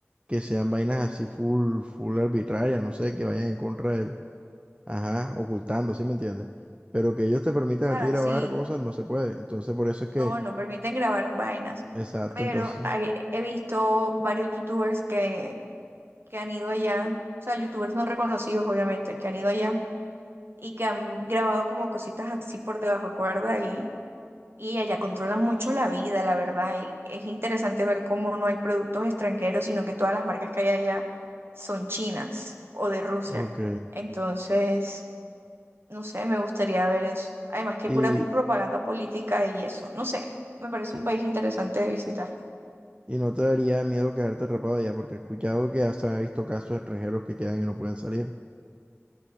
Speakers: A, on the right (about 25°); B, on the right (about 55°).
A: que sean vainas así full, full arbitrarias, no sé, que vayan en contra del ajá, ocultando, ¿sí me entiendes? Pero que ellos te permitan
B: O sea,
A: a ti grabar
B: sí,
A: cosas no se puede. Entonces, por eso es que,
B: no, no permiten grabar vainas.
A: exacto,
B: Pero
A: entonces,
B: hay- he visto varios youtubers que, que han ido allá, o sea, youtubers no reconocidos, obviamente, que han ido allá y que han grabado como cositas así por debajo de cuerda y, y allá controlan mucho la vida, la verdad. Y es interesante ver cómo no hay productos extranjeros, sino que todas las marcas que hay allá son chinas o de Rusia.
A: ok.
B: Entonces, no sé, me gustaría ver eso. Además que
A: Y,
B: hay pura propaganda política y eso. No sé, me parece
A: y,
B: un país interesante de visitar.
A: y no te daría miedo quedarte atrapado allá, porque he escuchado que hasta he visto casos de extranjeros que quedan y no pueden salir.